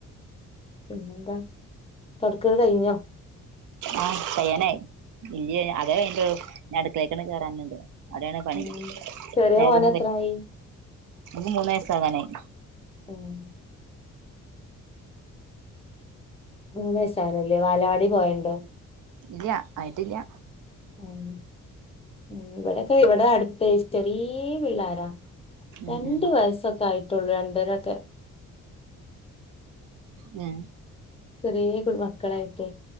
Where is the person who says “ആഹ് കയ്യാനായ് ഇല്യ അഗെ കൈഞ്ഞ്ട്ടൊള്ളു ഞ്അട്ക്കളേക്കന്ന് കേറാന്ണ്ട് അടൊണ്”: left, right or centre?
Right